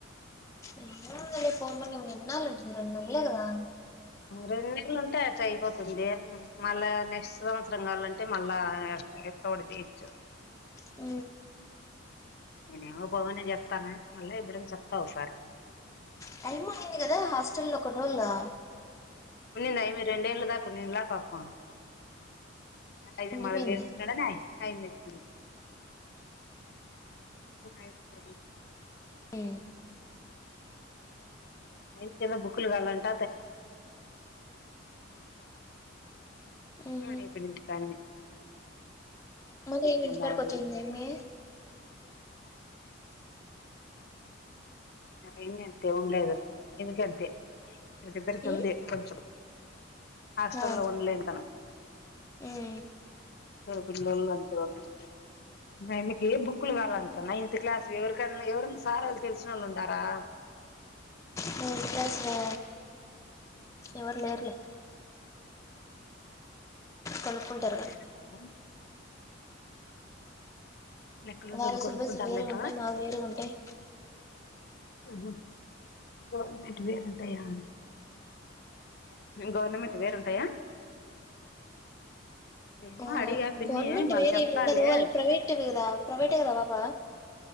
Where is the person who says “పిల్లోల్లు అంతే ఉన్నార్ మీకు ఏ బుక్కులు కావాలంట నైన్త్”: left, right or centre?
Left